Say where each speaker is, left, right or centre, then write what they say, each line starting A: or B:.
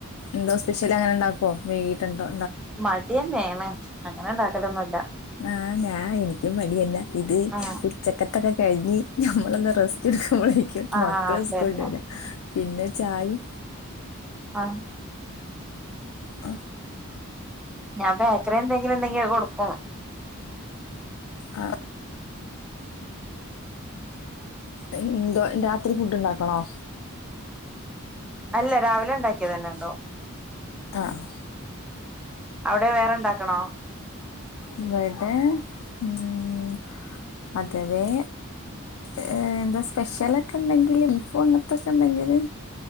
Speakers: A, on the left; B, in the centre.
A: എന്തോ സ്പെഷ്യലങ്ങനെണ്ടാ ക്കോ വൈകീട്ടെന്തോ
B: മടിന്നെണ് അങ്ങനെണ്ടാക്കലൊന്നുല്ല
A: ആ ഞാൻ എനിക്കും മടിയന്നെ ഇത്
B: ആഹ്
A: ഉച്ചക്കത്തൊക്കെ കഴിഞ്ഞ് ഞമ്മളൊന്ന് റെസ്റ്റ് എ ക്കുമ്പളേക്കും
B: ആഹ്
A: മക്കള്
B: അതന്നെ
A: സ്കൂൾട്ട് വെരാ പിന്നെ ചായിം
B: ആ
A: അ
B: ഞാൻ ബേക്കറി എന്തെങ്കിലുണ്ടെങ്കി അത് കൊട്ക്കും
A: ആ എന്തോ രാത്രി ഫുഡ്ണ്ടാക്കണോ
B: അല്ല രാവിലെ ഇണ്ടാക്കിയതന്നെ ഇണ്ടാവും
A: അ ആ
B: അവിടെ വേറെണ്ടാക്കണോ
A: ഇവിടെ ഉം അഥവേ ഏഹ് എന്താ സ്പെഷ്യലൊക്കെ ഉണ്ടെങ്കില് ബീഫും അങ്ങനത്തൊക്കെ ഉണ്ടെങ്കില്